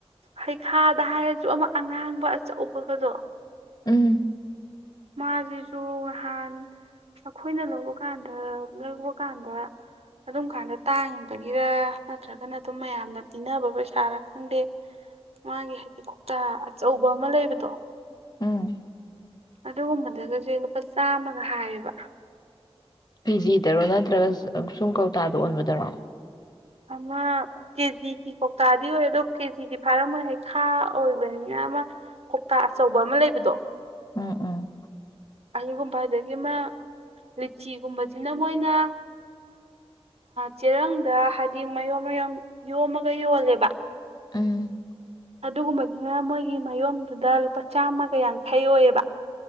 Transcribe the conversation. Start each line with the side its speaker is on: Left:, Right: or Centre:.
Right: ꯍꯩꯈꯥꯗ ꯍꯥꯏꯔꯁꯨ ꯑꯃ ꯑꯉꯥꯡꯕ ꯑꯆꯧꯕꯒꯗꯣ
Left: ꯎꯝ
Right: ꯃꯥꯁꯤꯁꯨ ꯅꯍꯥꯟ ꯅꯈꯣꯏꯅ ꯂꯧꯕ ꯀꯥꯟꯗ ꯂꯧꯕ ꯀꯥꯟꯗ ꯑꯗꯨꯝ ꯀꯥꯟꯗ ꯇꯥꯡꯉꯤꯕꯒꯤꯔ ꯅꯠꯇ꯭ꯔꯒꯅ ꯑꯗꯨꯝ ꯃꯌꯥꯝꯅ ꯄꯤꯅꯕ ꯄꯩꯁꯥꯔꯥ ꯈꯪꯗꯦ ꯃꯥꯒꯤ ꯍꯥꯏꯗꯤ ꯀꯧꯇꯥ ꯑꯆꯧꯕ ꯑꯃ ꯂꯩꯕꯗꯣ
Left: ꯎꯝ
Right: ꯑꯗꯨꯒꯨꯝꯕꯗꯒꯁꯦ ꯂꯨꯄꯥ ꯆꯥꯝꯃꯒ ꯍꯥꯏꯌꯦꯕ
Left: ꯄꯤ ꯖꯤꯗꯔꯣ ꯅꯠꯇ꯭ꯔꯒ ꯁꯨꯝ ꯀꯧꯇꯥꯗ ꯑꯣꯟꯕꯗꯔꯣ
Right: ꯑꯃ ꯀꯦꯖꯤꯒꯤ ꯀꯧꯇꯥꯗꯤ ꯑꯣꯏ ꯑꯗꯣ ꯀꯦꯖꯤꯗꯤ ꯐꯥꯔꯝꯃꯣꯏ ꯍꯥꯏꯩ ꯈꯥ ꯑꯣꯏꯕꯅꯤꯅ ꯑꯃ ꯀꯧꯇꯥ ꯑꯆꯧꯕ ꯑꯃ ꯂꯩꯕꯗꯣ
Left: ꯎꯝ ꯎꯝ
Right: ꯑꯗꯨꯒꯨꯝꯕ ꯑꯗꯒꯤ ꯑꯃ ꯂꯤꯆꯤꯒꯨꯝꯕꯁꯤꯅ ꯃꯣꯏꯅ ꯆꯦꯔꯪꯗ ꯍꯥꯏꯗꯤ ꯃꯌꯣꯟꯝ ꯃꯌꯣꯟ ꯌꯣꯝꯃꯒ ꯌꯣꯜꯂꯦꯕ
Left: ꯎꯝ
Right: ꯑꯗꯨꯒꯨꯝꯕꯒꯤꯅ ꯃꯣꯏꯒꯤ ꯃꯌꯣꯟꯝꯗꯨꯗ ꯂꯨꯄꯥ ꯆꯥꯝꯃꯒ ꯌꯥꯡꯈꯩ ꯑꯣꯏꯌꯦꯕ